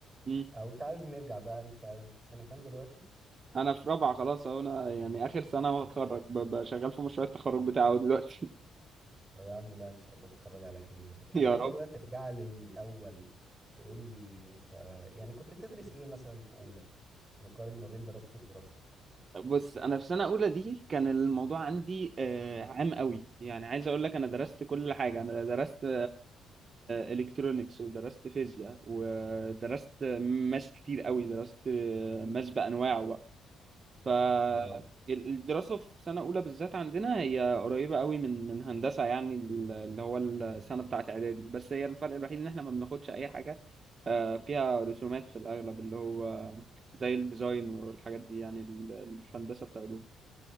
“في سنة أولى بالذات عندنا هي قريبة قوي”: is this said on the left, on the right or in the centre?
Right